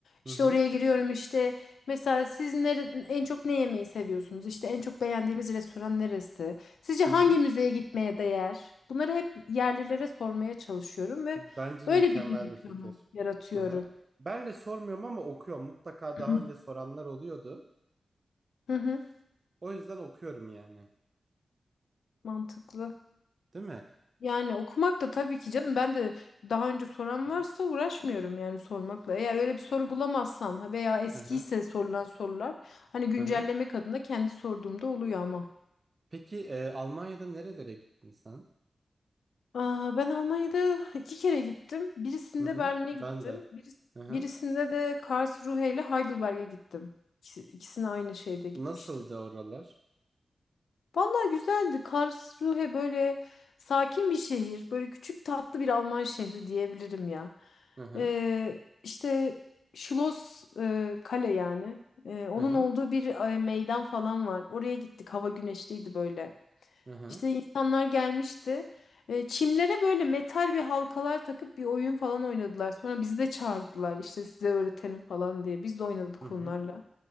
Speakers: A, on the right; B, on the left.
A: hı
B: İşte oraya giriyorum işte mesela siz nere- en çok ne yemeyi seviyorsunuz? İşte en çok beğendiğiniz restoran neresi? Sizce
A: hı.
B: hangi
A: hı.
B: müzeye gitmeye değer? Bunları hep yerlilere sormaya çalışıyorum ve
A: Bence
B: öyle
A: mükemmel
B: bir gezi
A: bir
B: planı
A: fikir.
B: yaratıyorum.
A: Hı hı. Ben de sormuyorum ama okuyorum. Mutlaka
B: <clears throat>
A: daha önce soranlar oluyordu.
B: Hı hı,
A: O yüzden okuyorum yani.
B: mantıklı.
A: Değil mi?
B: Yani okumak da tabii ki canım ben de daha önce soran
A: Hı
B: varsa
A: hı.
B: uğraşmıyorum yani sormakla. Eğer öyle bir soru bulamazsam ha veya eskiyse
A: Hı hı.
B: sorulan sorular hani güncellemek
A: Hı hı.
B: adına kendi sorduğumda oluyor ama.
A: Peki e, Almanya'da nerelere gittin sen?
B: Aa, ben Almanya'da iki kere gittim. Birisinde
A: Hı hı.
B: Berlin'e
A: Ben
B: gittim.
A: de.
B: Biris-
A: Hı hı.
B: birisinde de Karlsruhe ile Heidelberg'e gittim. İkisi, ikisine aynı şeyde gitmiştim.
A: Nasıldı oralar?
B: Vallahi güzeldi. Karlsruhe böyle sakin bir şehir. Böyle küçük tatlı bir Alman şehri diyebilirim ya.
A: Hı hı.
B: Ee, işte Schloss e, kale yani. Ee, onun
A: Hı hı.
B: olduğu bir e, meydan falan var. Oraya gittik. Hava güneşliydi böyle.
A: Hı hı.
B: İşte insanlar gelmişti. E, çimlere böyle metal bir halkalar takıp bir oyun falan oynadılar. Sonra bizi de çağırdılar işte size öğretelim falan diye. Biz de oynadık
A: Hı hı.
B: onlarla.